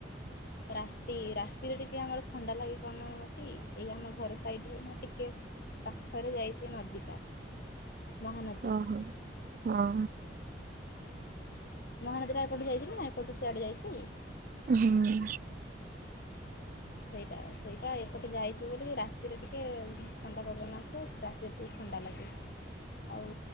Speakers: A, on the left (about 55°); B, on the right (about 50°).
A: ରାତି ରାତିରେ ଟିକେ ଆମର ଥଣ୍ଡା ଲାଗେ କଣ କି ଏଇ ଆମ ଘର ସାଇଡରେ ମୁଁ ଟିକେ ପାଖରେ ଯାଇଚି ନଦୀଟା ମହାନଦୀ
B: ଓହୋ ହଁ।
A: ମହାନଦୀଟା ଏପଟୁ ଯାଇଚି ନା ଏପଟୁ ସିଆଡ଼େ ଯାଇଚି।
B: ହୁଁ।
A: ସେଇଟା ସେଇଟା ଏପଟେ ଯାଇଛି ବୋଲିିକି ରାତିରେ ଟିକେ ଉଁ ଥଣ୍ଡା ପବନ ଆସେ। ରାତିରେ ଟିକେ ଥଣ୍ଡା ଲାଗେ। ଆଉ